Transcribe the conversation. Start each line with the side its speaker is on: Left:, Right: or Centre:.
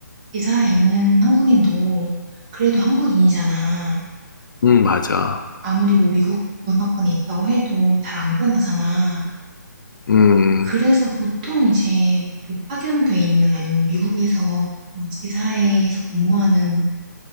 Right: 지사에 있는 한국인도 그래도 한국인이잖아.
Left: 음, 맞아.
Right: 아무리 뭐 미국 문화권에 있다고 해도 잘 안 변하잖아.
Left: 음,
Right: 그래서 보통 이제 뭐 파견돼 있는 아니면 미국에서 뭐 지사에서 근무하는